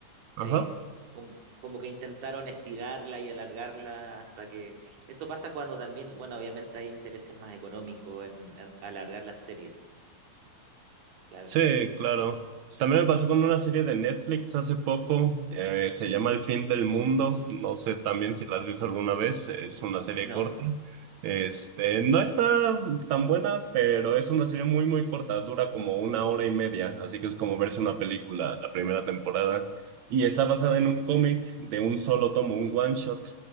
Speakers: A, on the right (about 60°); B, on the right (about 85°).
A: ajá.
B: sí. Como, como que intentaron estirarla y alargarla hasta que... Eso pasa cuando también, bueno, obviamente hay intereses más económicos en, en alargar las series, claro.
A: Sí, claro. También me pasó con una serie de Netflix hace poco, eh, se llama El fin del mundo, no sé también si la has visto alguna vez, es
B: N-
A: una serie
B: No,
A: corta. Este, no está tan buena, pero es una serie muy, muy corta, dura como una hora y media, así que es como verse una película la primera temporada. Y está basada en un cómic de un solo tomo, un one shot